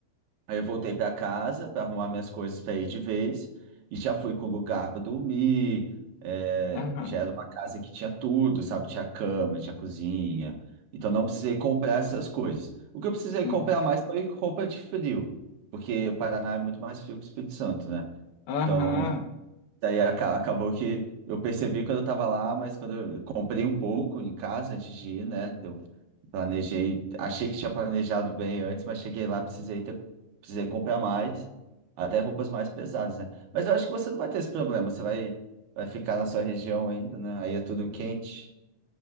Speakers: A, on the right; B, on the left.
A: Aí eu voltei para casa para arrumar minhas coisas para ir de vez e já fui com lugar para dormir. é,
B: Aham,
A: já era uma casa que tinha tudo, sabe? Tinha cama, tinha cozinha. Então não precisei comprar essas coisas. O que eu precisei
B: sim.
A: comprar mais foi roupa de frio, porque o Paraná é muito mais frio que o Espírito Santo, né?
B: Aham,
A: Então Daí aca- acabou que eu percebi quando eu estava lá, mas quando eu comprei um pouco em casa antes de ir, né? Eu planejei, achei que tinha planejado bem antes, mas cheguei lá, precisei ter- precisei comprar mais, até roupas mais pesadas, né? Mas eu acho que você não vai ter esse problema, você vai, vai ficar na sua região ainda, né? Aí é tudo quente.